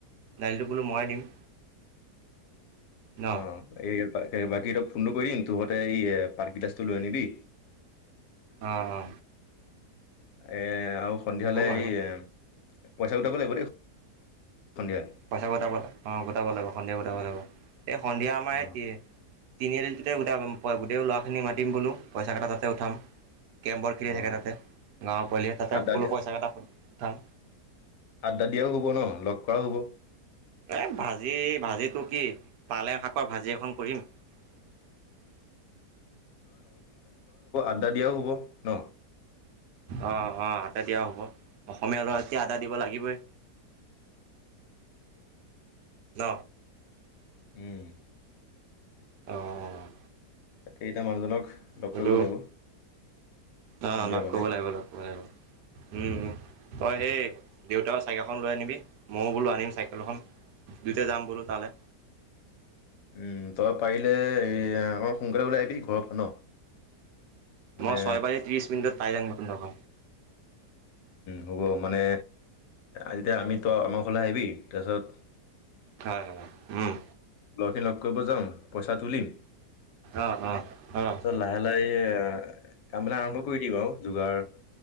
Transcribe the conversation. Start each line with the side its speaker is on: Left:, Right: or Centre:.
Right: দাইলটো বোলো ময়ে দিম ন?
Left: অ এই বাকী ফোনটো কৰি দিম তহত তি য়ে <unintelligible> লৈ আনিবি
Right: অ অ
Left: এ আৰু সন্ধিয়ালৈ
Right: বাৰু
Left: এই পইচা উঠাব লাগিব দেই সন্ধিয়া
Right: পইচা গোটাব লাগ অ গোটাব লাগিব সন্ধিয়া গোটাব লাগিব এই সন্ধিয়া আমাৰ
Left: অ
Right: এতিয়ে তিনিআলিটোতে গো গোটেইও ল'ৰাখিনি মাতিম বোলো পইচা কেইটা তাতে উঠাম কেমবত খেলি
Left: অ',
Right: থাকে তাতে গাঁৱৰ পোৱালিয়ে তাতে
Left: আড্ডা
Right: বোলো
Left: দিয়া
Right: পইচা কেইটা উঠাম
Left: আড্ডা দিয়াও হব ন লগ কৰাও হব
Right: এ ভাজি ভাজিটো কি পালেং শাকৰ ভাজি এখন কৰিম <unintelligible>
Left: আ্ডা দিয়াও হ'ব ন
Right: অহ অ তাতে দিয়াও হ'ব অসমীয়া লৰা এয়া আদা দিব লাগিবই ন
Left: উম।
Right: অঁ অঁ
Left: তাকেই এতিয়া মানুহজনক লগ
Right: সয়টো
Left: কৰিব লাগিব
Right: অ
Left: সন্ধিয়া
Right: লগ
Left: মানে
Right: কৰিব লাগিব লগ কৰিব লাগিব তই সেই দেউতাৰ চাইকেলখন লৈ আনিবি ময়ো বোলো আনিম চাইকেল এখন দুইতাইয়ো যাম বোলো তালে
Left: উম তই পাৰিলে এ অক সোনকালে ওলাই আহিবি ঘৰৰ ন মানে
Right: মই ছয় বাজি ত্ৰিশ মিনিটত পাই যাম নতুনডখ
Left: হ'ব মানে যেতিয়া আমি তই আমাৰ ঘৰলৈ আহিবি তাৰপিছত
Right: হয় হয় উম
Left: লগখিন লগ কৰিব যাম পইচাটো তুলিম
Right: অ', অ', অ',
Left: চ লাহে লাহে কামবিলাক আৰম্ভ কৰি দিম আৰু যোগাৰ